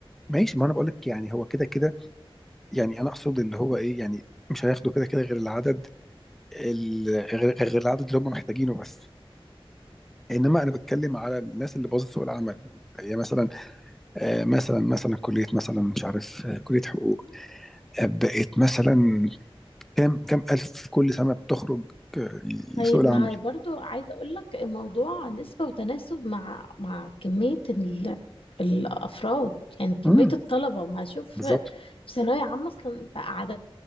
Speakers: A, in the centre; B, on the left.
A: ماشي ما انا بقول لك يعني هو كده كده يعني انا اقصد اللي هو ايه يعني مش هياخدوا كده كده غير العدد ال- غير غير العدد اللي هم محتاجينه بس انما انا بتكلم على الناس اللي باظت سوق العمل هي مثلا آه، مثلا مثلا كليه مثلا مش عارف آه، كليه حقوق آه، بقت مثلا كام كام الف كل سنه بتخرج آه، لسوق
B: طيب
A: العمل
B: ما برضو عايزة اقول لك الموضوع نسبة وتناسب مع مع كمية ال... الافراد يعني كمية
A: امم
B: الطلبة ما اشوف في
A: بالظبط
B: ثانوية عامة اصلا بقى عددهم